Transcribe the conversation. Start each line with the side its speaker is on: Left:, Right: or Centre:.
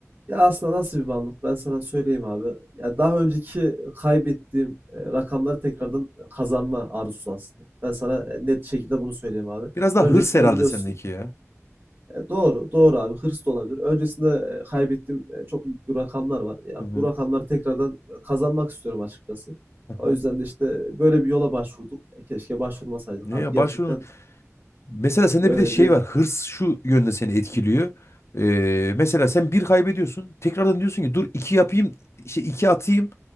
Right: Ya aslında nasıl bir bağımlılık? Ben sana söyleyeyim abi. Ya daha önceki kaybettiğim e, rakamları tekrardan e, kazanma arzusu aslında. Ben sana e, net şekilde bunu söyleyeyim abi.
Left: Biraz daha
Right: Öncesinde
Left: hırs herhalde
Right: biliyorsun.
Left: sendeki ya.
Right: e, doğru, doğru abi. Hırs da olabilir. Öncesinde e, kaybettiğim e, çok yüklü rakamlar var. Ya
Left: Hı hı.
Right: bu rakamları tekrardan e, kazanmak istiyorum açıkçası.
Left: Aha.
Right: O yüzden de işte böyle bir yola başvurduk. E, keşke başvurmasaydık
Left: Ne
Right: abi.
Left: ya
Right: Gerçekten
Left: başvurun. Mesela sende
Right: öyle
Left: bir de şey
Right: bir
Left: var. Hırs şu yönde seni etkiliyor. Ee, mesela sen bir kaybediyorsun. Tekrardan diyorsun ki dur iki yapayım. Şey iki atayım.